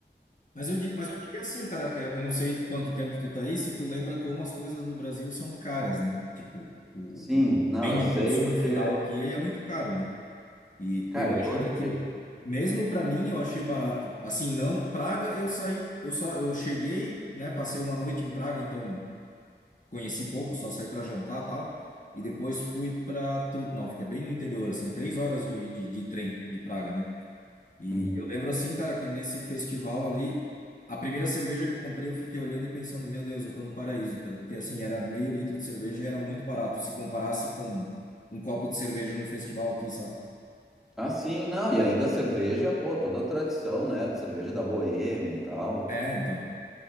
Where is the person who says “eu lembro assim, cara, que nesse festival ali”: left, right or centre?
Left